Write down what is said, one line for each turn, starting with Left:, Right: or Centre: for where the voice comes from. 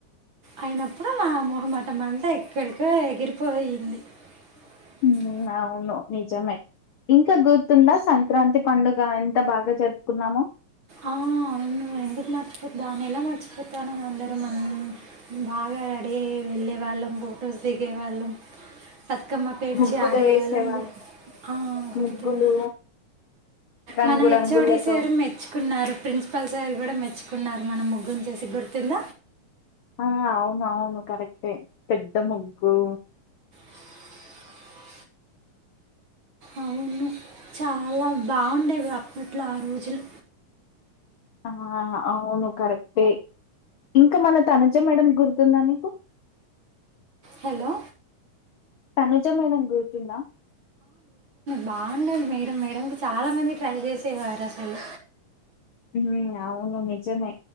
Right: అయినప్పుడు మా మొహమాటం అంతా ఎక్కడికో ఎగిరిపోయింది. <unintelligible>
Left: ఉమ్ అవును నిజమే ఇంకా గుర్తుందా సంక్రాంతి పండుగ ఎంత బాగా జరుపుకున్నామో
Right: ఆ అవును ఎందుకు నచ్చిపోతని ఎలా మచ్చిపోతాను అ మన్ బాగా రెడీ అయి వెళ్ళేవాళ్ళం ఫొటోస్ దిగేవాళ్ళం. బతుకమ్మ పేర్చి
Left: ముగ్గులు
Right: ఆడేవాళ్ళం
Left: వేసేవాళ్ళు
Right: గుర్ ఆ గుర్తుంది.
Left: ముగ్గులు రంగు
Right: మన హెచ్
Left: రంగులతో
Right: ఒడిసే మెచ్ కున్నారు ప్రిన్సిపల్ సార్ కూడా మెచ్చుకున్నారు. మనం ముగ్గుని చూసి గుర్తుంద
Left: ఆ అవును అవును కరెక్టే పెద్ద ముగ్గు
Right: <unintelligible> అవును చాలా బాగుండేవి అప్పట్లో ఆ రోజులు
Left: ఆ అవును కరెక్టే ఇంకా మన తనుజ మేడం గుర్తుందా నీకు
Right: హలో
Left: తనుజ మేడం గుర్తుంద
Right: బాగుండది మేడం మేడంకి చాలా మంది ట్రై చేసేవారు అసలు
Left: ఉమ్ అవును నిజమే